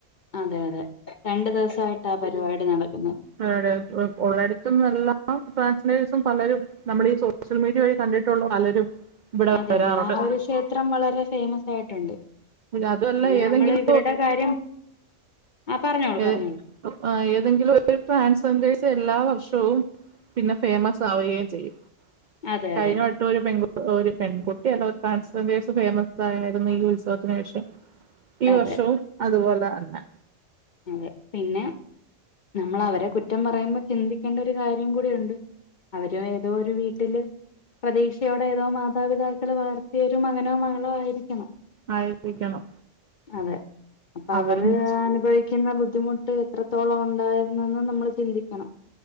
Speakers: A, on the left; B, on the right.
A: അതെ അതെ രണ്ടു ദിവസായിട്ട പരിപാടി നടക്കുന്നത്
B: <unintelligible> ഉള്ളടുത്തും എല്ലാം <unintelligible> ദിവസം പലരും നമ്മളീ സോഷ്യൽ മീഡിയ വഴി കണ്ടിട്ടുള്ള പലരും ഇവിടെ
A: അതെ
B: വരാറുണ്ട്
A: അതെ ആ ഒരു ക്ഷേത്രം വളരെ ഫേമസ് ആയിട്ടുണ്ട്
B: അതുമല്ല
A: പിന്നെ
B: ഏതെങ്കിലും
A: നമ്മള് ഇവരുടെ കാര്യം ആ പറഞ്ഞോളൂ
B: ഏ
A: പറഞ്ഞോളൂ
B: ഏതെങ്കിലും ഒരു ട്രാൻസ്ജന്റേഴ്‌സ് എല്ലാം വ ർഷവും പിന്നെ ഫേമസ് ആവുകയും ചെയ്യും
A: അതെ
B: കഴിഞ്ഞ
A: അതെ
B: വട്ടം ഒരു പെൺകു ഒരു പെൺകുട്ടി അല്ല ഒ ട്രാസ്‌ജെൻന്റെഴ്സ് ഫേമസ് ആയായിരുന്നു ഈ ഉത്സവത്തിന് ശേഷം ഈ
A: അതെ
B: വർഷവും അതുപോലെ തന്ന
A: അതെ പിന്നെ നമ്മൾ അവരെ കുറ്റം പറയുമ്പോ ചിന്തിക്കേണ്ട ഒരു കാര്യം കൂടിയുണ്ട് അവരു ഏതോ ഒരു വീട്ടില് പ്രതീക്ഷയോടെ ഏതോ മാതാപിതാക്കൾ വളർത്തിയൊരു മകനോ മകളോ ആയിരിക്കണം
B: ആയിരിക്കണം
A: അതെ അപ്പൊ
B: അവരും
A: അവര് അനുഭവിക്കു ന്ന ബുദ്ധിമുട്ട് എത്രത്തോളം ഉണ്ടായിരുന്നന്ന് നമ്മൾ ചിന്തിക്കണം